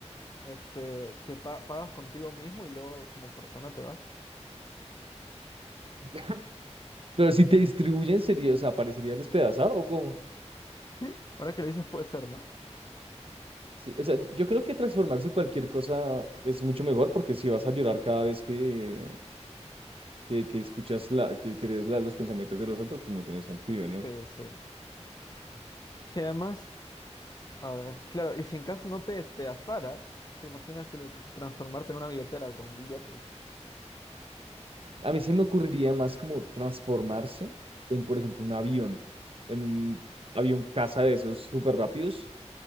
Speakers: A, on the left; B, on the right.
A: Este, te pa- pagas contigo mismo y luego como persona te vas.
B: <laughs> Pero si te distribuyen, sería, o sea, parecería despedazado o cómo?
A: <laughs> Ahora que lo dices puede ser, ¿no?
B: Sí, o sea, yo creo que transformarse en cualquier cosa es mucho mejor porque si vas a llorar cada vez que, que, que escuchas la, que, que lees la- los pensamientos de los otros, pues no tiene sentido, ¿no?
A: Sí, sí. Sí, además, a ver, claro, y si en caso no te despedazaras, ¿te imaginas tele- transformarte en una billetera con billetes?
B: A mí se me ocurriría más como transformarse en, por ejemplo, un avión, en un avión caza de esos súper rápidos